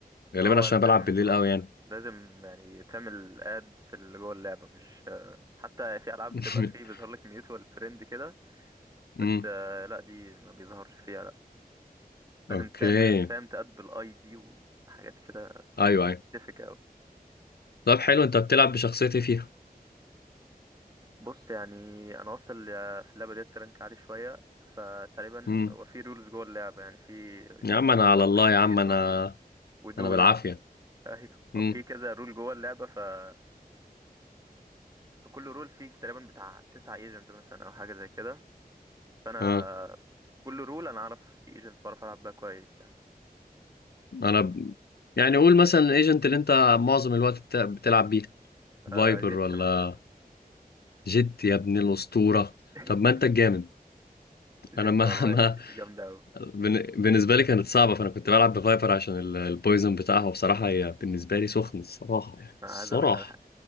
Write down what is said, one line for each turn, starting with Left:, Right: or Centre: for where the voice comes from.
Right: هو
Left: غالبا عشان
Right: لازم
Left: أنا بلعب بالليل
Right: اه
Left: قوي يعني
Right: لازم يعني تعمل اد في اللي جوه اللعبة مش آه، حتى في العاب
Left: <laughs>
Right: بتبقى فيه بيظهر لك ميوتوال فريند كده بس
Left: امم
Right: آه لا دي ما بيظهرش فيها لا لازم
Left: اوكي
Right: تعمل فاهم تاد بالاي دي وحاجات كده
Left: ايوه ايوه
Right: تفك قوي
Left: طب حلو انت بتلعب بشخصيتي فيها
Right: بص يعني انا واصل في اللعبه ديت لرانك عالي شويه فتقريبا
Left: امم
Right: هو في رولز جوه اللعبه يعني في
Left: يا
Right: كنترولر
Left: عم انا على الله
Right: وانيشيتور
Left: يا عم انا
Right: و... ودولست
Left: انا بالعافيه
Right: <laughs> ايوه
Left: امم
Right: وفي كذا رول جوه اللعبه فانا في كل رول في تقريبا بتاع تسعة ايجنت مثلا او حاجه زي كده فانا
Left: اه
Right: كل رول انا اعرف في ايجنت بعرف العب بيها كويس يعني
Left: انا ب... يعني قول مثلا الايجنت اللي انت معظم الوقت بت- بتلعب بيه
Right: آه
Left: فايبر
Right: جيت
Left: ولا
Right: مثلا
Left: جيت يا ابن الاسطوره
Right: <laughs>
Left: طب ما انت الجامد
Right: جيت
Left: انا ما
Right: والله
Left: <laughs> ما
Right: جامده قوي
Left: بن- بالنسبه لي كانت صعبه فانا كنت بلعب بفايبر عشان ال- البويزن بتاعها وبصراحه هي بالنسبه لي سخن الصراحه يعني
Right: انا
Left: الصراحه
Right: عايز اقول لك على حاجه